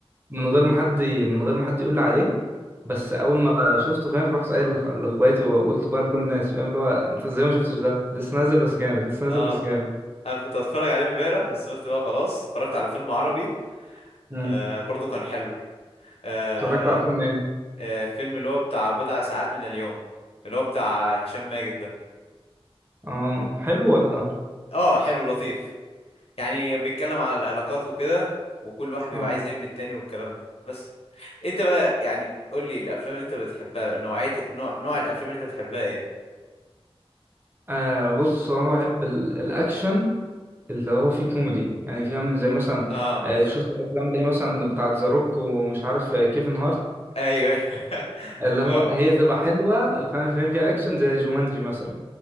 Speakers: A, on the right (about 20°); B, on the left (about 75°).
A: من غير ما حد من غير ما حد يقول لي عليه بس اول ما شفته فاهم رحت قايل لأخ- لاخواتي وقلت بقى لكل الناس فاهم اللي هو انت ازاي ما شفتش ده لسه نازل بس جامد لسه
B: اه
A: نازل بس جامد
B: انا كنت هتفرج عليه امبارح بس قلت بقى خلاص اتفرجت على فيلم عربي
A: امم
B: آه برضو كان حلو آه
A: اتفرجت على فيلم ايه
B: آه فيلم اللي هو بتاع بضع ساعات من اليوم اللي هو بتاع هشام ماجد ده
A: اه حلو ولا
B: اه حلو لطيف يعني بيتكلم على العلاقات وكده وكل واحد بيبقى
A: اه
B: عايز ايه من التاني والكلام ده بس انت بقى يعني قول لي الافلام اللي انت بتحبها نوعية نوع, نوع الافلام اللي انت بتحبها ايه
A: آه بص هو انا بحب ال- الاكشن اللي هو فيه كوميدي يعني فاهم زي مثلا
B: اه
A: آه شفت الافلام اللي هي مثلا بتاعه ذا روك ومش عارف آه، كيفن هارت
B: <laughs> ايوه ايوه <laughs>
A: اللي هو
B: فاهمك
A: هي تبقى حلوه فاهم فاهم فيها اكشن زي جومانجي مثلا